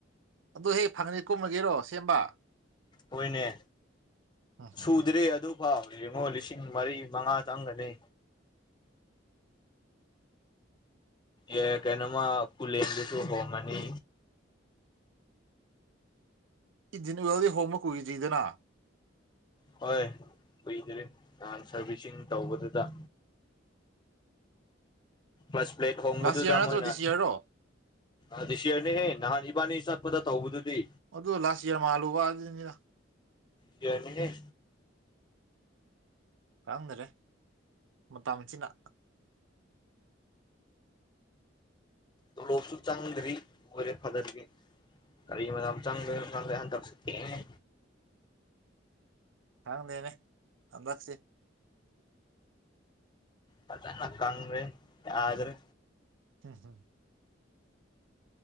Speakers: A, on the right; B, on the left.
A: ꯑꯗꯨ ꯍꯦꯛ ꯐꯪꯉꯗꯤ ꯀꯨꯝꯂꯒꯦꯔꯣ ꯁꯦꯝꯕ
B: ꯍꯣꯏꯅꯦ
A: ꯎꯝꯍꯨꯝ
B: ꯁꯨꯗ꯭ꯔꯦ ꯑꯗꯨ ꯋꯥꯎ ꯌꯦꯡꯉꯣ ꯂꯤꯁꯤꯡ ꯃꯔꯤ ꯃꯉꯥ ꯆꯪꯒ꯭ꯔꯅꯤ ꯑꯦ ꯀꯩꯅꯣꯃ ꯄꯨꯂꯦꯟꯗꯁꯨ ꯍꯣꯡꯉꯅꯤ
A: ꯏꯟꯖꯤꯟ ꯑꯣꯏꯜꯗꯤ ꯍꯣꯡꯕ ꯀꯨꯏꯗ꯭ꯔꯤꯗꯅ
B: ꯍꯣꯏ ꯀꯨꯏꯗ꯭ꯔꯤ ꯅꯍꯥꯟ ꯁꯥꯔꯚꯤꯁꯤꯡ ꯇꯧꯕꯗꯨꯗ ꯄ꯭ꯂꯁꯄ꯭ꯂꯦꯠ ꯍꯣꯡꯕꯗꯨꯗ
A: ꯂꯥꯁ ꯌꯔ ꯅꯠꯇ꯭ꯔꯣ
B: ꯃꯣꯏꯅ
A: ꯗꯤꯁ ꯌꯔꯔꯣ
B: ꯑꯗꯤꯁꯤꯌꯔꯅꯦꯍꯦ ꯅꯍꯥꯟ ꯏꯕꯥꯅꯤ ꯆꯠꯄꯗ ꯇꯧꯕꯗꯨꯗꯤ
A: ꯑꯗꯨ ꯂꯥꯁ ꯏꯌꯔ ꯃꯥꯜꯂꯨꯕ ꯑꯗꯨꯅꯤꯗ
B: ꯄꯤꯌꯔꯅꯤꯍꯦ
A: ꯈꯡꯗꯔꯦ ꯃꯇꯝꯆꯤꯅ
B: ꯇꯣꯂꯣꯞꯁꯨ ꯆꯪꯗ꯭ꯔꯤ ꯑꯣꯏꯔꯛ ꯐꯗ꯭ꯔꯒꯤ ꯀꯔꯤ ꯃꯇꯝ ꯆꯪꯗꯣꯏꯅꯣ ꯈꯪꯗꯦ ꯍꯟꯗꯛꯁꯦ ꯊꯦꯡꯉꯦ
A: ꯈꯪꯗꯦꯅꯦ ꯍꯟꯗꯛꯁꯦ
B: ꯐꯖꯅ ꯀꯪꯒ꯭ꯔꯦ ꯌꯥꯗ꯭ꯔꯦ
A: ꯎꯝ ꯎꯝ <inaudible>